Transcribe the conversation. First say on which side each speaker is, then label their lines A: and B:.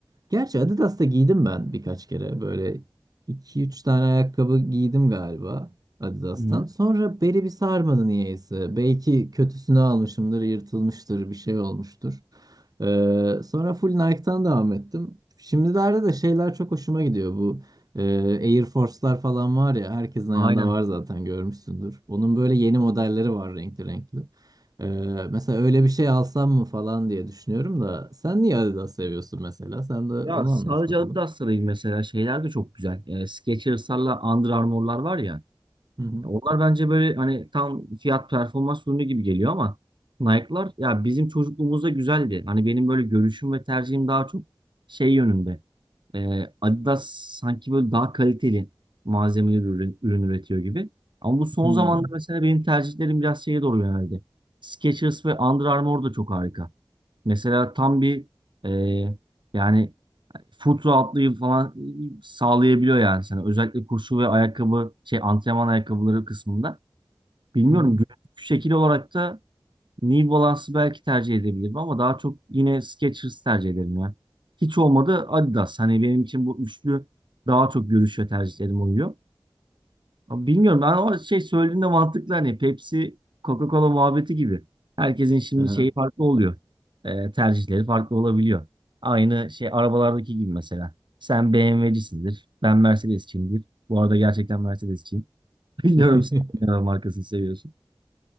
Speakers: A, on the right; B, on the right.
A: Gerçi Adidas'ta giydim ben birkaç kere. Böyle iki üç tane ayakkabı giydim galiba Adidas'tan.
B: Hı-hı.
A: Sonra beli bir sarmadı niyeyse. Belki kötüsünü almışımdır, yırtılmıştır, bir şey olmuştur. Ee, sonra full Nike'tan devam ettim. Şimdilerde de şeyler çok hoşuma gidiyor. Bu e, Air Force'lar falan var ya herkesin
B: Aynen.
A: ayağında var zaten görmüşsündür. Onun böyle yeni modelleri var renkli renkli. Ee, mesela öyle bir şey alsam mı falan diye düşünüyorum da sen niye Adidas seviyorsun mesela? Sen de onu
B: Ya sadece
A: anlat bakalım.
B: Adidas'ta değil mesela şeyler de çok güzel. E, Skechers'larla Under Armour'lar var ya.
A: Hı hı.
B: Onlar bence böyle hani tam fiyat performans ürünü gibi geliyor ama Nike'lar ya bizim çocukluğumuzda güzeldi. Hani benim böyle görüşüm ve tercihim daha çok şey yönünde. Ee, Adidas sanki böyle daha kaliteli malzemeli ürün, ürün üretiyor gibi. Ama bu son
A: Hı hı.
B: zamanda mesela benim tercihlerim biraz şeye doğru yöneldi. Skechers ve Under Armour da çok harika. Mesela tam bir e, yani foot rahatlığı falan sağlayabiliyor yani sana. Özellikle koşu ve ayakkabı şey antrenman ayakkabıları kısmında. Bilmiyorum
A: Hı hı.
B: görüntü şekil olarak da New Balance'ı belki tercih edebilirim ama daha çok yine Skechers tercih ederim ya. Hiç olmadı Adidas. Hani benim için bu üçlü daha çok görüşe tercihlerim oluyor. Ama Bilmiyorum ben o şey söylediğinde mantıklı hani Pepsi Coca-Cola muhabbeti gibi. Herkesin şimdi
A: Aha.
B: şeyi farklı oluyor. Ee, tercihleri farklı olabiliyor. Aynı şey arabalardaki gibi mesela. Sen BMW'cisindir. Ben Mercedes'çiyimdir. Bu arada gerçekten Mercedes'çiyim. <laughs> Bilmiyorum
A: <laughs>
B: sen hangi araba markasını seviyorsun.